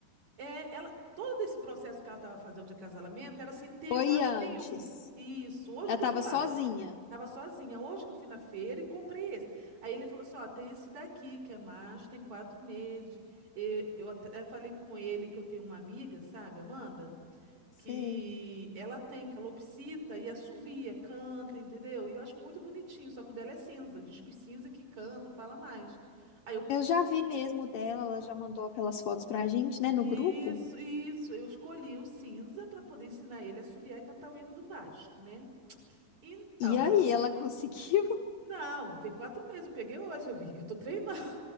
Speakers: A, on the right; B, on the left.
A: É, ela, todo esse processo que ela estava fazendo de acasalamento era sem ter
B: foi
A: macho
B: antes.
A: nenhum. Isso, hoje
B: Ela
A: que
B: tava
A: eu fui lá.
B: sozinha.
A: Tava sozinha. Hoje que eu fui na feira e comprei esse. Aí ele falou assim: ó, tem esse daqui, que é macho, tem quatro meses. E eu até falei com ele que eu tenho uma amiga, sabe, Amanda?
B: Sei.
A: Que ela tem calopsita e assovia, canta, entendeu? E eu acho muito bonitinho, só que o dela é cinza, disco cinza que canta, fala mais. Aí eu,
B: Eu já vi mesmo dela, ela já mandou aquelas fotos pra gente, né, no
A: isso,
B: grupo.
A: isso, eu escolhi o cinza para poder ensinar ele a assoviar e cantar o hino do Vasco, né? Então,
B: E aí, ela conseguiu?
A: não, tem quatro meses, eu peguei hoje, amiga, eu tô treinando.